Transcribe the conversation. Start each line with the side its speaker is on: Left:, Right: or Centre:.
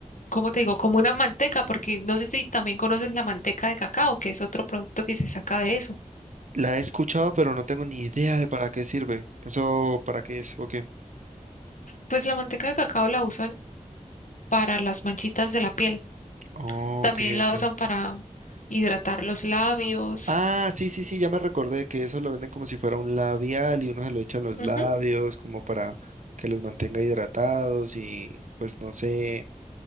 Left: ¿cómo te digo? Como una manteca, porque no sé si también conoces la manteca de cacao, que es otro producto que se saca de eso.
Right: La he escuchado, pero no tengo ni idea de para qué sirve. ¿Eso para qué es? Ok.
Left: Pues la manteca de cacao la usan para las manchitas de la piel.
Right: Oh,
Left: También
Right: ok,
Left: la
Right: ok.
Left: usan para hidratar los labios.
Right: Ah, sí, sí, sí, ya me recordé que eso lo venden como si fuera un labial y uno se lo echa en los
Left: Ujú,
Right: labios como para que los mantenga hidratados y pues no sé,